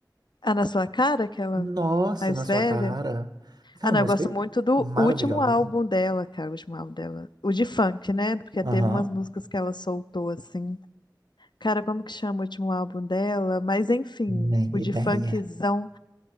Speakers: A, on the left (about 80°); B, on the right (about 65°).
A: a Na Sua Cara, aquela
B: Nossa,
A: mais
B: na sua
A: velha.
B: cara. Aquela
A: Ah, não,
B: música
A: eu gosto
B: é
A: muito do
B: maravilhosa.
A: último álbum dela, cara. O último álbum dela. O de funk, né? Porque
B: Aham,
A: teve umas músicas que ela soltou, assim. Cara, como que chama o último álbum dela? Mas enfim,
B: nem
A: o
B: ideia.
A: de funkzão,